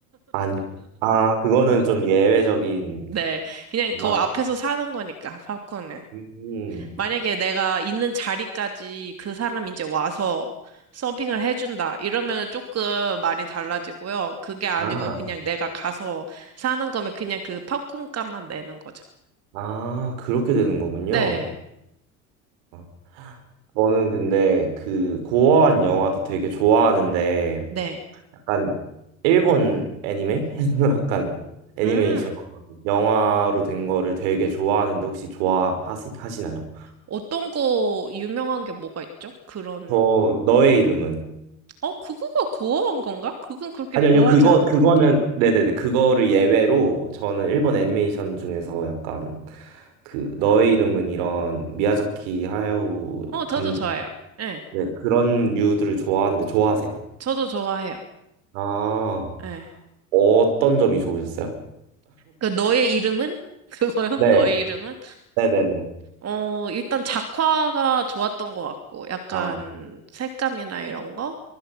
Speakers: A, on the right; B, on the right.
A: 안, 아, 그거는 좀 예외적인,
B: 네. 그냥 그
A: 아,
B: 앞에서 사는 거니까, 팝콘은.
A: 음,
B: 만약에 내가 있는 자리까지 그 사람이 이제 와서 서빙을 해준다. 이러면 조금 말이 달라지고요. 그게 아니고
A: 아,
B: 그냥 내가 가서 사는 거면 그냥 그 팝콘 값만 내는 거죠.
A: 아, 그렇게 되는 거군요.
B: 네,
A: 아, 저는 근데 그 고어한 영화도 되게 좋아하는데,
B: 네.
A: 약간 일본 애니메? <laughs> 약간 애니메이션
B: 음,
A: 영화로 된 거를 되게 좋아하는데 혹시 좋아하시나요?
B: 어떤 거 유명한 게 뭐가 있죠? 그런,
A: 저 너의 이름은?
B: 어, 그거가 고어한 건가? 그건 그렇게
A: 아니요,
B: 고어하지
A: 아니요, 그거,
B: 않은
A: 그거는,
B: 것 같아.
A: 네네네, 그거를 예외로 저는 일본 애니메이션 중에서 약간 그, 너의 이름은 이런 미야자키 하야오
B: 어, 저도
A: 감독,
B: 좋아요. 예,
A: 네, 그런 류들을 좋아하는데 좋아하세요?
B: 저도 좋아해요.
A: 아,
B: 예.
A: 어떤 점이 좋으셨어요?
B: 그, 너의 이름은? <laughs> 그거요?
A: 네,
B: 너의 이름은?
A: 네네네.
B: 어, 일단 작화가 좋았던 것 같고, 약간
A: 아,
B: 색감이나 이런 거?